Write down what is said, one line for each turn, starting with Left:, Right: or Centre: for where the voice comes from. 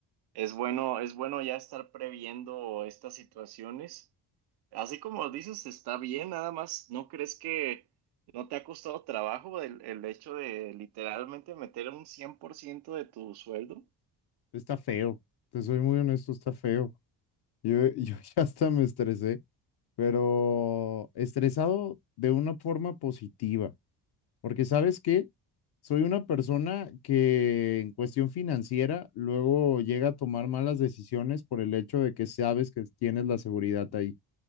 Right: es bueno, es bueno ya estar previendo estas situaciones, así como dices, está bien, nada más, ¿no crees que no te ha costado trabajo el, el hecho de literalmente meter un 100% de tu sueldo?
Left: Está feo, te soy muy honesto, está feo. Yo, yo <laughs> ya hasta me estresé, pero estresado de una forma positiva. Porque sabes que soy una persona que en cuestión financiera luego llega a tomar malas decisiones por el hecho de que sabes que tienes la seguridad ahí.